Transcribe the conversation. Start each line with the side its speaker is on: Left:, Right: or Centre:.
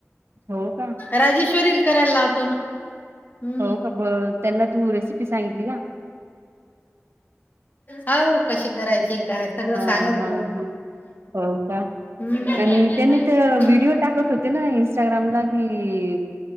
Right: हो का
Left: राजेश्वरील करायला लावतो ना हम्म
Right: हो का ब त्यांना तू रेसिपी सांगितली का
Left: हो कशी करायची काय सगळं
Right: हा
Left: सांगितलं
Right: हा हा हो का
Left: हम्म
Right: आणि त्यांनी तर
Left: हम्म
Right: व्हिडिओ टाकत होते ना इं्स्टाग्रामला ह